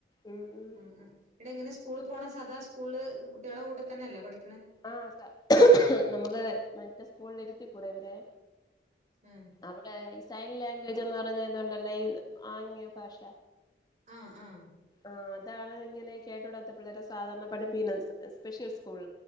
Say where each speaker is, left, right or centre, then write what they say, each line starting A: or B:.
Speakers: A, on the left (about 20°); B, on the right (about 40°).
A: ഉം ഉം
B: മ് മ് ഇങ്ങനെ സ്കൂള് പോണ സതാ സ്കൂളില് കുട്ട്യാളെ കൂടെ തന്നെല്ലെ പഠി
A: ആഹ് സ നമ്മക്ക് മറ്റേ സ്കൂളിഇരുത്തി കുടെ ഇവരെ
B: ഉം
A: അവടെ ഇ സൈൻ ലാംഗ്വേജ് എന്ന് പറഞ്ഞതൊണ്ട് അല്ല ഈ ആംഗ്യ ഭാഷ
B: ആഹ് ആഹ്
A: ആഹ് അതാണ് ഇങ്ങനെ കേട്ടൂടാത്തപിള്ളേരെ സാധാരണ പഠിപ്പിക്കുന്ന സ്പെഷ്യൽ സ്കൂൾ